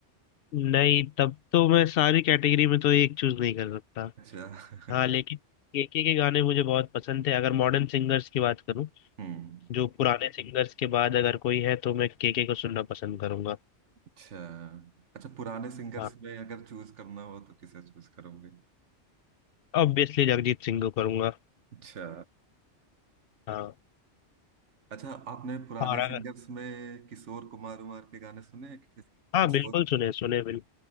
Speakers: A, on the left (about 60°); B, on the right (about 80°).
A: नहीं तब तो मैं सारी कैटेगरी में तो एक चूज नहीं कर सकता
B: अच्छा <laughs>
A: हाँ लेकिन केके के के गाने मुझे बहुत पसंद थे अगर मॉडर्न सिंगर्स की बात करूँ
B: हम्म
A: जो पुराने सिंगर्स के बाद अगर कोई है तो मैं केके को सुनना पसंद करूंगा
B: अच्छा अच्छा पुराने सिंगर्स
A: हाँ
B: में अगर चूज करना हो तो किसे चूज करोगे
A: ऑब्वियसली जगजीत सिंह को करूंगा
B: अच्छा
A: हाँ
B: अच्छा आपने पुराने
A: और अगर
B: सिंगर्स में किशोर कुमार उमार के गाने सुने हैं किसे-
A: हाँ
B: किशोर
A: बिल्कुल सुने सुने बिल्कुल